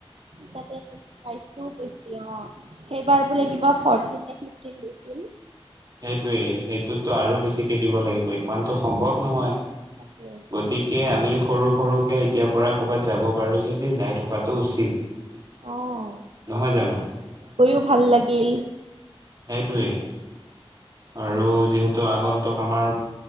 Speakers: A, on the right; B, on the right.
A: তাতে লাইফ টো বেছি অ, সেইবাৰ বোলে কিবা ফ। কি লিছিল।
B: সেইটোৱে সেইটোতো আৰু বেছিকে দিব লাগিব ইমানতো সম্ভৱ নহয়।
A: তাকে
B: গতিকে আমি। সৰু সৰুকে এতিয়াৰ পৰা কৰ'ৰবাত যাব পাৰো যদি যাই থকাটো উচিত।
A: আহ
B: নহয় জানো
A: গৈও ভাল লাগিল।
B: সেইটোৱেই, আৰু
A: অ
B: যিহেতু আগন্তক আমাৰ